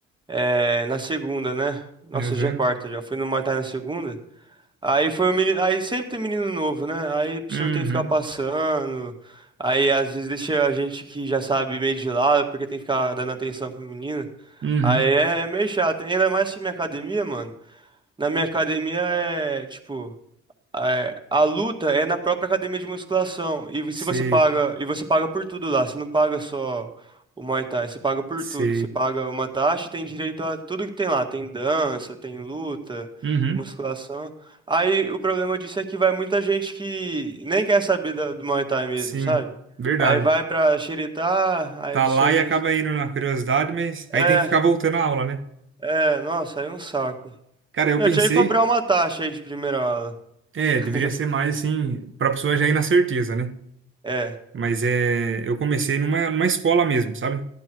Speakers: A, on the right; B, on the right.
A: é, na segunda, né? Nossa,
B: Uhum.
A: hoje é quarta já. Fui no Muay Thai na segunda. Aí foi o menino. Aí sempre tem menino novo, né? Aí o
B: Uhum.
A: senhor tem que ficar passando. Aí às vezes deixa a gente que já sabe meio de lado, porque tem que ficar dando atenção pro menino.
B: Uhum.
A: Aí é meio chato. Ainda mais que minha academia, mano. Na minha academia é, tipo é, a luta é na própria academia de musculação. E
B: Sei,
A: se você paga, e você paga por tudo lá, você não paga só o Muay Thai, você paga por
B: sei.
A: tudo. Você paga uma taxa e tem direito a tudo que tem lá. Tem dança, tem luta,
B: Uhum.
A: musculação. Aí o problema disso é que vai muita gente que nem quer saber da- do Muay Thai mesmo,
B: Sim,
A: sabe?
B: verdade.
A: Aí vai pra xeretar, aí
B: Tá
A: o
B: lá
A: senhor
B: e
A: tem.
B: acaba indo na curiosidade, mas aí
A: É,
B: tem que ficar voltando à aula, né?
A: é, nossa, aí é um saco.
B: Cara, eu
A: Eu
B: pensei,
A: tinha que cobrar uma taxa aí de primeira aula.
B: é,
A: <laughs>
B: deveria ser mais assim, pra pessoa já ir na certeza, né?
A: É.
B: Mas é, eu comecei numa, numa escola mesmo, sabe?